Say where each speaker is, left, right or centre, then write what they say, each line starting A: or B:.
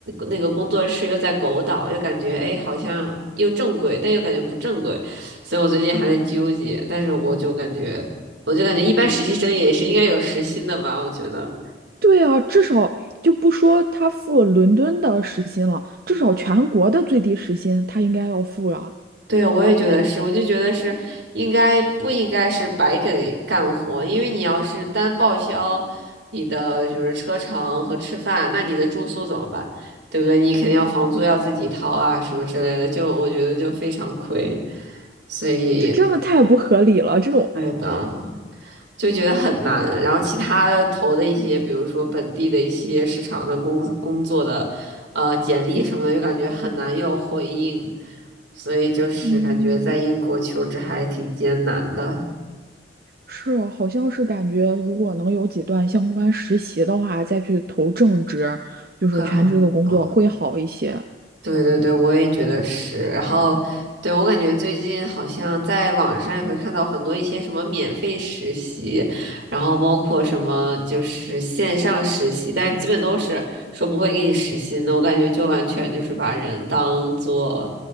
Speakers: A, on the right (about 80°); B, on the right (about 50°).
A: 那个工作室又在狗岛，又感觉哎，好像又正规，但又感觉不正规，所以我最近还在纠结。但是我就感觉，我就感觉一般实习生也是应该有实薪的吧，我觉得。
B: 对啊，至少就不说他付伦敦的时薪了，至少全国的最低时薪他应该要付啊，
A: 对啊，我也觉得是，我就觉得是应该不应该是白给干活，因为你要是单报销你的就是车程和吃饭，那你的住宿怎么办？对不对？你肯定要房租要自己掏啊，什么之类的，就我觉得就非常亏，所以，
B: 这真的太不合理了。这种，
A: 对的。就觉得很难。然后其他投的一些，比如说本地的一些市场的工工作的，呃，简历什么的，又感觉很难有回应，所以就是感觉在英国求职还挺艰难的。
B: 嗯，是，好像是感觉如果能有几段相关实习的话，再去投正职，就是全职的工作会好一些。
A: 会好，好对对对，我也觉得是。然后，对，我感觉最近好像在网上也会看到很多一些什么免费实习，然后包括什么就是线上实习，但是基本都是说不会给你实习的。我感觉就完全就是把人当做